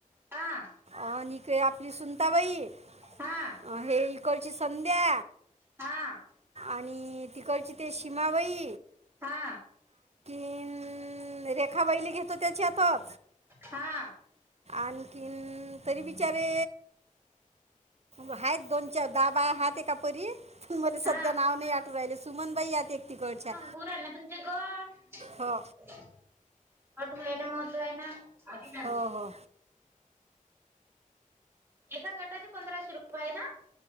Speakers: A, on the right (about 15°); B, on the right (about 50°).
A: हा
B: आणि कई आपली सुनताबाई
A: हा
B: अ हे ई तिकडची संध्या
A: हा.
B: आणि तिकडची ते शिमाबाई.
A: हा.
B: खीण रेखा बाईले घेतो त्याच्यातचं हा
A: हा
B: आणखि अ तरी बिचारे आहेत दोन चार दहा बाया हायत एका परी. मला सध्या
A: हा
B: नाव नाही आठवायले राहिले सुमनबाई आहेत एक तिकडच्या.
A: पोरांना तुमच्या जग
B: हो.
A: पाटवून रायले महत्व आहे ना अभि जा ना.
B: हो हो
A: एका गटाचे पंधराशे रुप आहे ना.